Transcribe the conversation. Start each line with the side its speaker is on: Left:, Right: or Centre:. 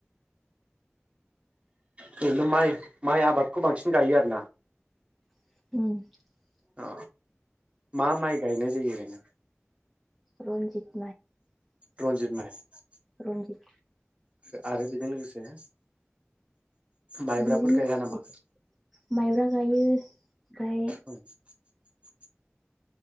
Right: ओरैनो माइ माइ आबादखौ बांसिन गायो आरो ना।
Centre: <unintelligible>
Right: अ मा माइ गायनाय जायो ओरैनो?
Centre: रनजित।
Right: रनजित माइ। <unintelligible>
Centre: रनजित
Right: ओ आरो बिजों लोगोसे माइब्राफोर
Centre: बेजोंनो
Right: गाया नामा
Centre: <inaudible> माइब्रा गायो ओमफ्राय
Right: औ <inaudible>